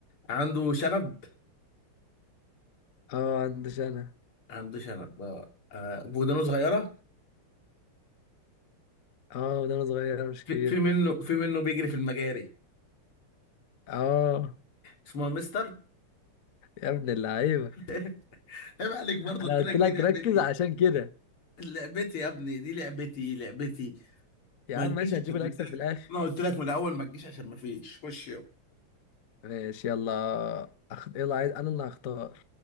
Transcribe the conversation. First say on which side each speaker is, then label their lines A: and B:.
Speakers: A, on the left (about 75°); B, on the left (about 50°).
A: عنده شنب
B: اه عندش انا
A: عنده شنب اه آه، ودانه صغيرة
B: اه ده انا صغير مش
A: في,
B: كبير
A: في منه في منه بيجري في المجاري
B: اه
A: اسمه مستر
B: يا ابن اللعيبه
A: <laughs> عيب عليك
B: انا
A: برضه قلت
B: قلت
A: لك دي
B: لك
A: لعبتي
B: ركز عشان كده
A: لعبتي يا ابني دي لعبتي لعبتي
B: يا
A: ما
B: عم
A: تجيش
B: ماشي هنجيب
A: عشان
B: الاكسب
A: قلت لك
B: في الاخر
A: انا قلت لك من الاول ما تجيش عشان ما فيش خش يلا
B: ماشي يلا أخ... يلا عايز انا اللي هختار